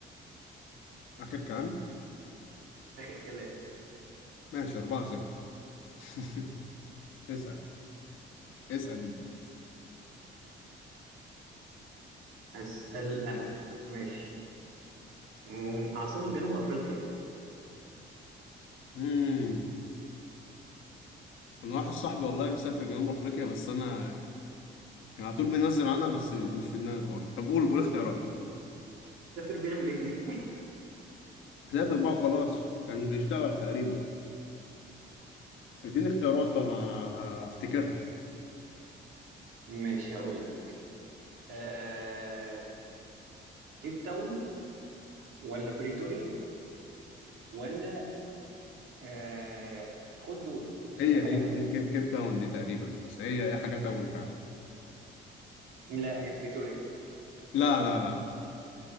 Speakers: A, on the left; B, on the right.
A: آخر كلام؟
B: اخر كلام
A: ماشي 4 0 <laughs> اسأل اسأل أنت
B: اسال انا ماشي مم، عاصمة جنوب افريقيا
A: مم. أنا واحد صاحبي والله مسافر جنوب أفريقيا بس أنا يعني على طول بينزل عنها بس مش في دماغي خالص طب قول قول اختيارات
B: السفير بيعمل ايه هناك
A: سافر بقى خلاص كان بيشتغل تقريبا اديني اختيارات طبعا هفتكرها
B: <laughs> ماشي هقول لك آه... كيب تاون ولا بريتوريا ولا آه... خد دول مش فاكر
A: هي
B: حاجة
A: هي
B: تالتة
A: هي كيب كيب تاون دي تقريبا بس هي هي حاجة تاون فعلا
B: لا هي بريتوريا
A: لا لا لا